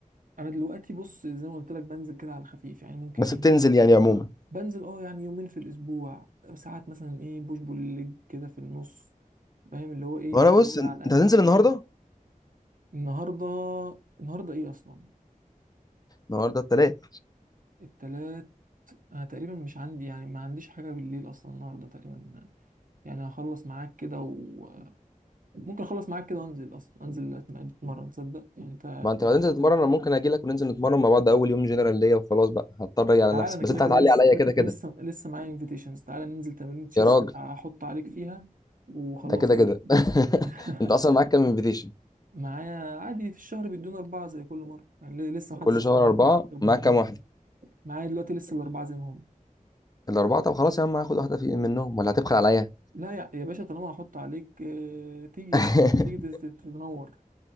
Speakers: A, on the right (about 70°); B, on the left (about 25°).
A: أنا دلوقتي بص زي ما قلت لك بنزل كده على الخفيف يعني ممكن
B: بس
A: إيه
B: بتنزل يعني عموما
A: بنزل اه يعني يومين في الاسبوع ساعات مثلا ايه بوش بول ليج كده في النص فاهم اللي هو ايه
B: وانا
A: حاجات
B: بص
A: كده
B: انت
A: على قد
B: هتنزل النهارده
A: النهارده النهارده ايه اصلا
B: النهارده التلات
A: التلات انا تقريبا مش عندي يعني ما عنديش حاجه بالليل اصلا النهارده تقريبا يعني هخلص معاك كده وممكن اخلص معاك كده وانزل اصلا انزل أتم- اتمرن تصدق يعني انت
B: ما انت لو هتنزل تتمرن انا ممكن اجي لك وننزل نتمرن مع بعض اول يوم جنرال ليا وخلاص بقى هضطر اجي على
A: تعال
B: نفسي
A: انا
B: بس
A: كده
B: انت
A: كده
B: هتعلي
A: لسه
B: عليا كده كده
A: لسه لسه معايا انفيتيشنز تعال ننزل تمرين تشيست
B: يا راجل
A: هحط عليك فيها وخلاص
B: انت كده كده
A: <laughs>
B: <laughs> انت اصلا معاك كام انفيتيشن
A: معايا عادي في الشهر بيدونا أربعة زي كل مرة يعني ل- لسه طب محدش
B: كل
A: استخدمتهم
B: شهر اربعه معاك كام واحده
A: معايا دلوقتي لسه الأربعة زي ما هم
B: الاربعه طب خلاص يا عم هاخد واحده في منهم ولا هتبخل عليا
A: لا يا يا باشا طالما هحط عليك آه، تيجي
B: <laughs>
A: يا باشا تيجي تست- تتنور